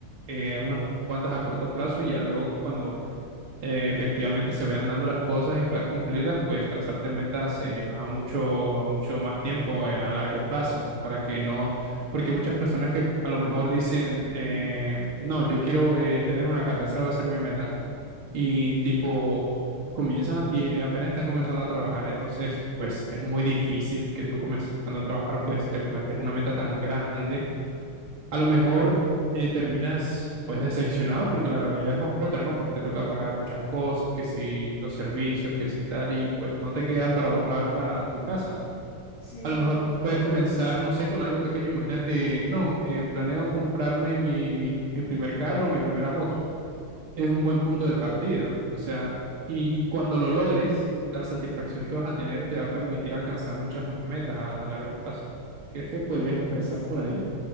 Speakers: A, on the right (about 70°); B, on the left (about 50°).
A: eh, unas cuantas a corto plazo y ya luego cuando eh, efectivamente se vayan dando las cosas y puedas cumplirlas, pues trazarte metas eh, a mucho, a mucho más tiempo, eh, a largo plazo, para que no, porque muchas personas que a lo mejor dicen, eh, no, yo quiero eh, tener una casa, esa va a ser mi meta, y tipo, comienzan a- y apenas están comenzando a trabajar, entonces, pues es muy difícil que tú comenzando a trabajar, pues te plantes una meta tan grande a lo mejor eh, terminas pues decepcionado porque la realidad es otra, ¿no? Pues te toca pagar muchas cosas, que si los servicios, que si tal, y pues no te queda para ahorrar para tu casa.
B: Sí.
A: A lo mejor puedes comenzar, no sé, con algo pequeño. Imagínate, no, eh, planeo comprarme mi, mi, mi primer carro, mi primera moto. Es un buen punto de partida. O sea, y, y cuando lo logres, la satisfacción que vas a tener te va a permitir alcanzar muchas más metas a, a largo plazo. ¿Crees que podrías empezar
B: Pues sí,
A: por ahí?